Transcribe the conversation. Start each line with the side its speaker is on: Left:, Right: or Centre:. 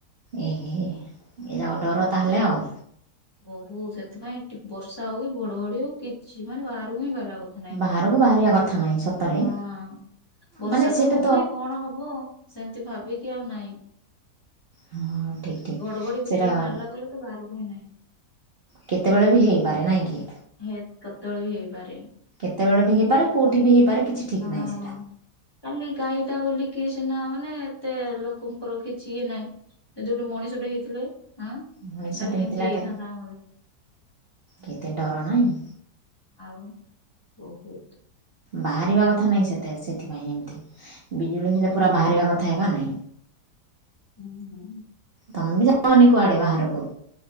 Right: ଏହେ ଏ ଯାକ ଡର ତାହେଲେ ଆଉ
Left: ବହୁ ସେଥିପାଇଁ ଟି ବର୍ଷା ହଉ କି ଘଡଘଡି ହଉ କିଛି ମାନେ ବାହାରକୁ ହିଁ ବାହାରିବା କଥା ନାଇଁ
Right: ବାହାରକୁ ବାହାରିବା କଥା ନାହିଁ ସତରେ
Left: ହଁ ବର୍ଷା
Right: ମାନେ ସେଟା
Left: ତ ହଉନାହିଁ କଣ ହବ ସେମିତି ଭାବିକି ଆଉ ନାଇଁ
Right: ହଁ ଠିକ୍ ଠିକ୍
Left: ଘଡଘଡି
Right: ସେଇଟା
Left: ବିଜୁଳି ମାରିଲା ଗଲେ ତ ବାହାରକୁ ହି ନାହିଁ
Right: କେତେବେଳେ ବି ହୋଇପାରେ ନାହିଁ କି
Left: ହେ କେତେବେଳେ ବି ହେଇପାରେ।
Right: କେତେବେଳେ ବି ହେଇପାରେ କୋଉଠି ବି ହେଇପାରେ କିଛି ଠିକ
Left: ହଁ।
Right: ନାହିଁ ସେଇଟା
Left: କାଲି ଗାଈଟା ବୋଲିକି ସିନା ମାନେ ଏତେ ଲୋକଙ୍କର କିଛି ନାଇଁ ଯଦି ଗୋଟେ ମଣିଷ ଟେ ହେଇଥିଲେ ଆଁ
Right: ମଣିଷଟେ
Left: କାଲି
Right: ହେଇଥିଲାଟା
Left: କେମିତି ହେଇଥାନ୍ତା
Right: କେତେ ଡର ନାହିଁ
Left: ଆଉ ବହୁତ
Right: ବାହାରିବା କଥା ନାହିଁ ସେତେ ସେଥିପାଇଁ ଏମତି। ବିଜୁଳି ହେଲା
Left: ହଁ
Right: ପୁରା ବାହାରିବା କଥା ଏ କାନେ?
Left: ହୁଁ ହୁଁ।
Right: ତମେ ବି ଯଓନି କୁଆଡେ ବାହାରକୁ?